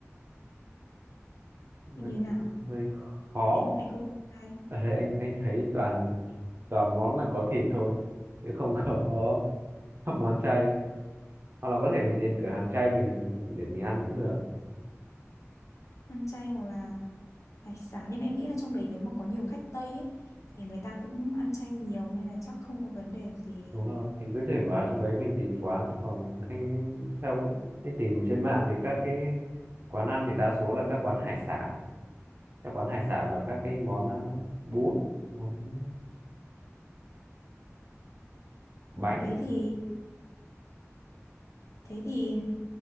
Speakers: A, on the right; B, on the left.
A: lại
B: thì như nào
A: cũng hơi khó.
B: em lại không ăn chay
A: Ở đây anh anh thấy toàn toàn món là có thịt thôi chứ không có <laughs> các món chay. Hoặc là có thể mình tìm cửa hàng chay mình để mình ăn cũng được.
B: ăn chay hoặc là hải sản nhưng mà em nghĩ là trong đấy nếu mà có nhiều khách Tây ấy thì người ta cũng ăn chay nhiều nên là chắc không có vấn đề gì
A: Đúng rồi, thì cứ thể vào trong đấy mình tìm quán, còn anh theo anh tìm ở trên mạng thì các cái quán ăn thì đa số là các quán hải sản các quán hải sản và các cái món à, bún món bánh
B: thế thì thế thì